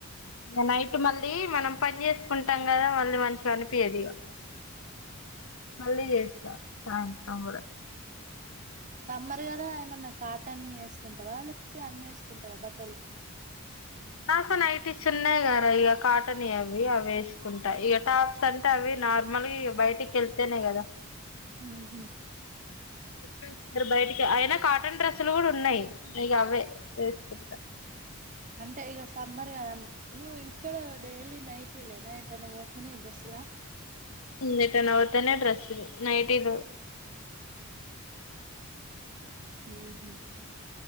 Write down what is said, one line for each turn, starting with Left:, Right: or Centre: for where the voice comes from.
Left: నిన్ననైట్ మళ్ళీ మనం పని చేసుకుంటాం కదా మళ్ళీ మంచిగా అనిపియది ఇగ మళ్ళీ చేస్తా తాంతొకూడా
Right: సమ్మర్ కదా ఏమన్నా కాటన్వి వేసుకుంటావా లేకపోతే అన్ని వేసుకుంటావా బట్టలు
Left: నాకు నైటీస్ ఉన్నాయి కదా ఇక కాటన్ అవి అవి వేసుకుంటా ఇక టాప్స్ అంటే అవి నార్మల్ ఇ బయటికి వెళ్తేనే కదా
Right: ఊహూ
Left: ఎప్పుడు వారు బయటికి అయినా కాటన్ డ్రెస్సులు కూడా ఉన్నాయి ఇగ అవే వేసుకుంట
Right: అంటే ఈగ సమ్మర్ గదా నువ్వు ఇంటికాడ డైలీ నైటీలేనా ఎటైనా పోతేనే డ్రెస్సులా
Left: ఊ ఎటన్నా పోతేనే డ్రెస్సులు నైట్ టిలు
Right: ఊహూ